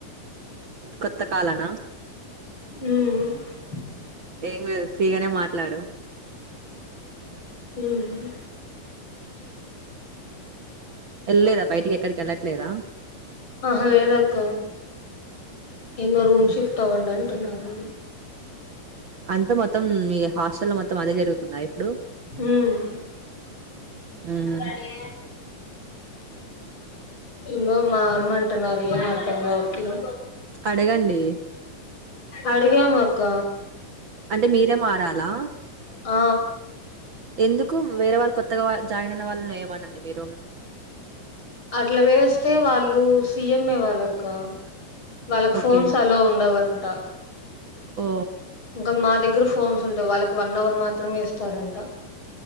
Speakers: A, on the right (about 65°); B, on the left (about 35°).
A: కొత్త కాల్అనా
B: ఉమ్ హు
A: ఏం లేదు ఫ్రీగానే మాట్లాడు
B: మ్ హు
A: వెళ్ళలేదా బయటికి ఎక్కడికి వెళ్ళట్లేదా
B: ఆహా లేనక్క ఏన్నో
A: మ్మ్.
B: రూమ్ షిఫ్ట్ అవ్వండి అం టున్నారు
A: అంత మొత్తం ఈ హాస్టల్ మొ మొత్తం అదే జరుగుతుందా ఇప్పుడు
B: హుమ్
A: ఉమ్
B: అడి ఎన్నో మారమంటున్నారు ఏం అర్ధంగావట్లే
A: అడగండి
B: అడిగామక్క
A: అంటే మీరే మారాలా
B: అ
A: ఎందుకు వేరే వాళ్ళు కొ త్తగా జాయిన్ అయిన వాళ్ళను ఏయమనండి మీ రూ
B: అట్లా వేస్తే వాళ్ళు సి ఇఎంఏ వాళ్ళక్క వాళ్ళకి
A: ఓకే
B: ఫోన్స్ అలో ఉండవుం ట
A: ఓ
B: కాని మా దగ్గర ఫోన్స్ ఉంటాయి వాళ్ళకి వన్ అవర్ మాత్రమే ఇస్తారంట